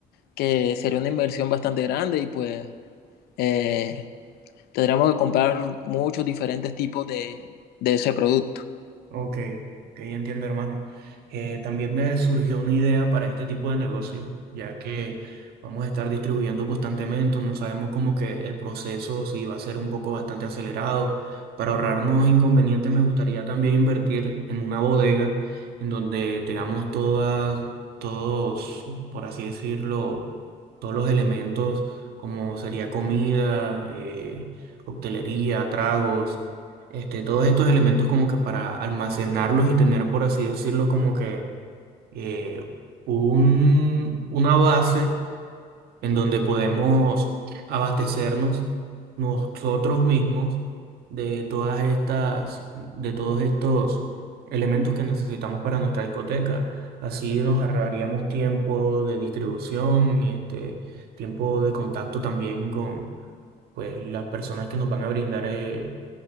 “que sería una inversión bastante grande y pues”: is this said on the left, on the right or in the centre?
Left